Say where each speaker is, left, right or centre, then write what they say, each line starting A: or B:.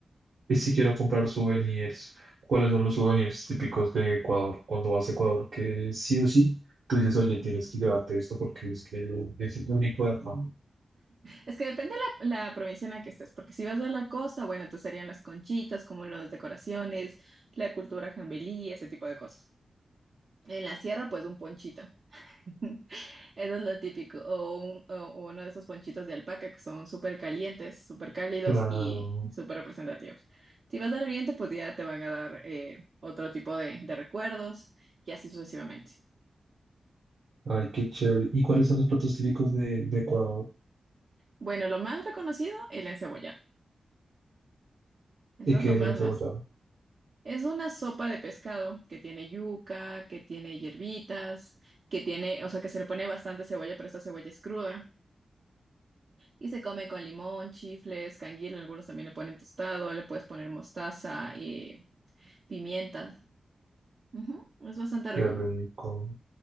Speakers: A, on the right; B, on the right.
A: Y si quiero comprar souvenirs, ¿cuáles son los souvenirs típicos de Ecuador? Cuando vas a Ecuador, que sí o sí, tú dices, oye, tienes que llevarte esto porque es que es el único de acá.
B: Es que depende la, la provincia en la que estés, porque si vas a la costa, bueno, entonces serían las conchitas, como las decoraciones, la cultura jambelí, ese tipo de cosas. En la sierra, pues un ponchito. <laughs> Eso es lo típico. O, un- o uno de esos ponchitos de alpaca que son súper calientes, súper cálidos
A: Claro.
B: y súper representativos. Si vas al oriente, pues ya te van a dar eh, otro tipo de, de recuerdos y así sucesivamente.
A: Ay, qué chévere. ¿Y cuáles son los platos típicos de, de Ecuador?
B: Bueno, lo más reconocido, el encebollado. Eso
A: ¿Y
B: es
A: qué
B: lo más
A: es el encebollado?
B: más. Es una sopa de pescado que tiene yuca, que tiene hierbitas, que tiene, o sea, que se le pone bastante cebolla, pero esta cebolla es cruda. Y se come con limón, chifles, canguil, algunos también le ponen tostado, le puedes poner mostaza y pimientas. Ujú, Es bastante rico.
A: Qué rico.